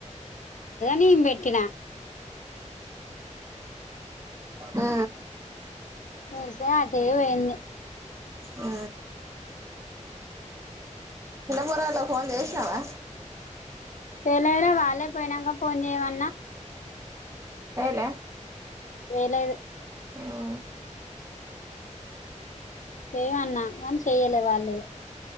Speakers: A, on the left; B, on the right.
A: నేను పెట్టినా
B: ఆ
A: మీతే అదే పోయింది
B: ఆ చిన్నపురాలా ఫోన్ చేసినావా
A: తెలైన వాాల పోయినాక పోన్ చేయవా
B: సైలే
A: ఏ లేదు
B: ఓ
A: చేయవన్నా కానీ చెయలే వాళ్ళు